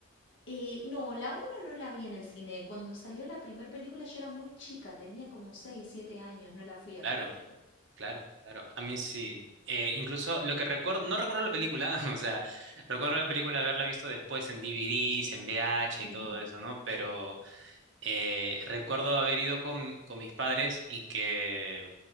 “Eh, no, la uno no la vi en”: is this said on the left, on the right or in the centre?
Left